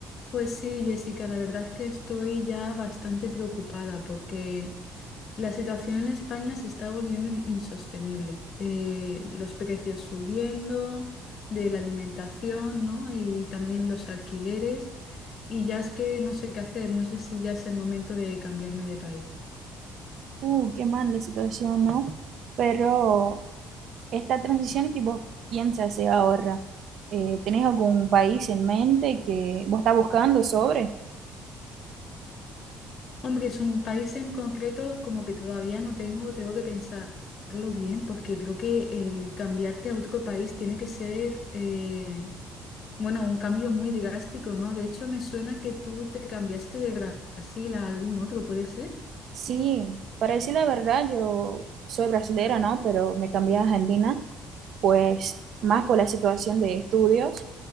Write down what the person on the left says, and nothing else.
Pues sí, Jessica, la verdad es que estoy ya bastante preocupada porque la situación en España se está volviendo in- insostenible. Eh, los precios subiendo de la alimentación, ¿no? Y también los alquileres. Y ya es que no sé qué hacer, no sé si ya es el momento de cambiarme de país.
Hombre, es un país en concreto como que todavía no tengo, tengo que pensarlo bien porque creo que el cambiarte a otro país tiene que ser... eh, Bueno, un cambio muy drástico, ¿no? De hecho, me suena que tú te cambiaste de Bra- Brasil a algún otro, ¿puede ser?